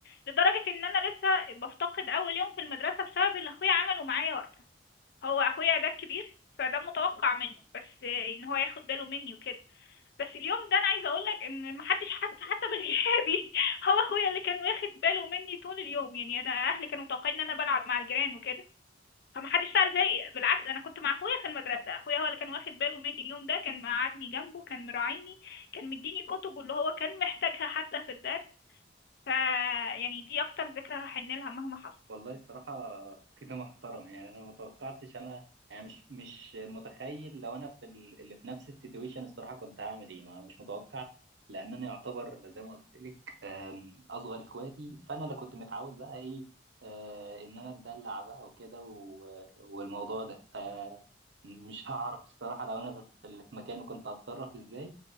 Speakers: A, on the left; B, on the right.
A: لدرجة ان انا لسه بفتقد اول يوم في المدرسة بسبب اللي اخويا عمله معايا وقتها هو اخويا ده الكبير فده متوقع منه بس ان هو ياخد باله مني وكده بس اليوم ده انا عايزه اقول لك ان محدش حس حتى بغيابي <laughs> هو اخويا اللي كان واخد باله مني طول اليوم يعني انا اهلي كانوا متوقعين ان انا بلعب مع الجيران وكده فمحدش سأل فيا بالعكس انا كنت مع اخويا في المدرسه اخويا هو اللي كان واخد باله مني اليوم ده كان مقعدني جنبه كان مراعيني كان مديني كتب اللي هو كان محتاجها حتى في الدرس ف يعني دي اكتر ذكرى هحن لها مهما حصل
B: والله الصراحة كده محترم يعني أنا ما توقعتش أنا يعني مش مش متخيل لو أنا في ال- اللي في نفس السيتويشن الصراحة كنت هعمل إيه ما مش متوقع لأن أنا يعتبر زي ما قلت لك أم، أصغر إخواتي فأنا اللي كنت متعود بقى إيه آه، إن أنا أتدلع بقى وكده و- والموضوع ده آه، مش هعرف الصراحة لو أنا في في اللي في مكانه كنت هتصرف إزاي